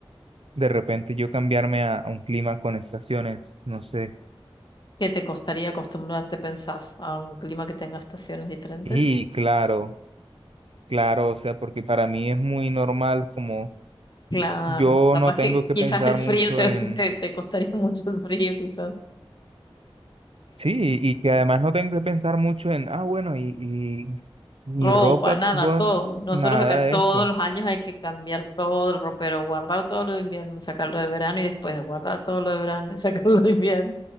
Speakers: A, on the right; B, on the left.
A: de repente yo cambiarme a, a un clima con estaciones, no sé.
B: ¿Qué te costaría acostumbrarte, pensás, a un clima que tenga estaciones diferentes?
A: Y claro, claro, o sea, porque para mí es muy normal como
B: Claro,
A: yo
B: capaz
A: no tengo
B: que
A: que
B: quizás
A: pensar
B: el frío
A: mucho
B: te,
A: en,
B: <laughs> te, te costaría <laughs> mucho el frío, quizás.
A: sí, y que además no tengo que pensar mucho en, ah, bueno, y, y mi
B: ropa,
A: ropa,
B: nada,
A: bueno,
B: todo. Nosotros
A: nada
B: acá
A: de
B: todos
A: eso.
B: los años hay que cambiar todo el ropero, guardar todo lo de invierno, sacarlo de verano y después guardar todo lo de verano y <laughs> sacarlo de invierno.